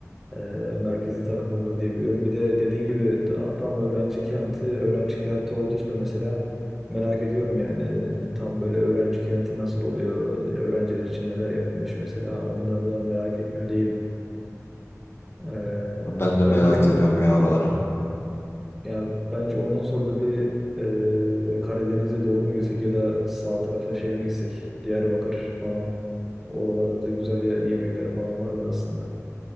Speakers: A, in the centre; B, on the left.
A: e, merkezi tarafında diyebiliyorum. Bir de dediğin gibi ta- tam öğrenci kenti, öğrenci kenti olduğu için de mesela merak ediyorum yani tam böyle öğrenci kenti nasıl oluyor, öğrenciler için neler yapılmış mesela onları da merak etmiyor değilim. E,
B: Ben de merak
A: bence on,
B: ediyorum ya oraları.
A: Ya bence ondan sonra da bir e, Karadeniz'e doğru mu gitsek ya da sağ tarafa şey mi gitsek? Diyarbakır falan. Oralarda da güzel ye- yemekler falan vardır aslında.